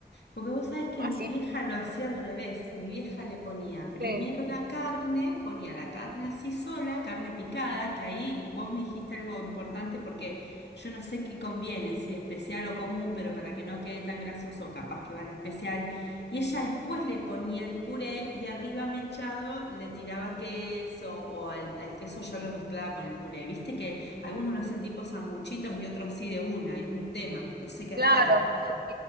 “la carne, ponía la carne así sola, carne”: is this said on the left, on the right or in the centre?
Left